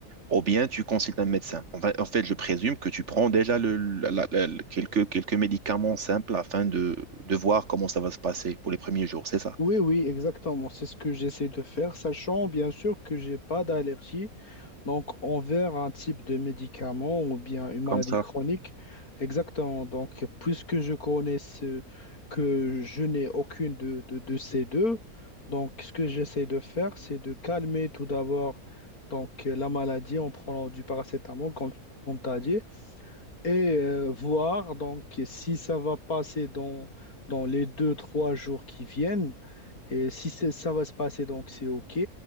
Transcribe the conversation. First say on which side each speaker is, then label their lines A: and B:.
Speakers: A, on the right (about 55°); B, on the left (about 75°).
A: Ou bien tu consultes un médecin. En fait, en fait, je présume que tu prends déjà le, la- la- la- le- quelques, quelques médicaments simples afin de, de voir comment ça va se passer pour les premiers jours, c'est ça?
B: Oui, oui, exactement. C'est ce que j'essaie de faire, sachant bien sûr que j'ai pas d'allergie, donc envers un type de médicament ou bien une maladie
A: Comme ça,
B: chronique. Exactement. Donc, puisque je connais ce, que je n'ai aucune de, de, de ces deux, donc ce que j'essaie de faire, c'est de calmer tout d'abord donc la maladie en prenant du paracétamol, comme, comme tu as dit, et euh, voir donc si ça va passer dans, dans les deux, trois jours qui viennent. Et si c'est- ça va se passer, donc c'est OK.